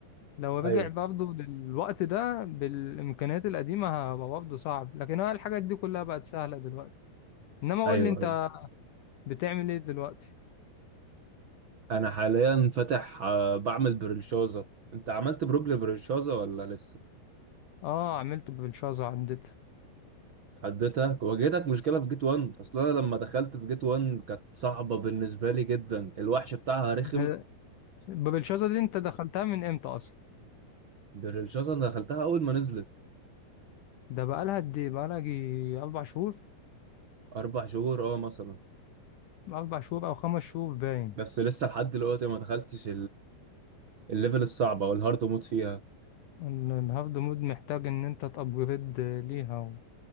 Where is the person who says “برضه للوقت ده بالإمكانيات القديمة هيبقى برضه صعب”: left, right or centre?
Left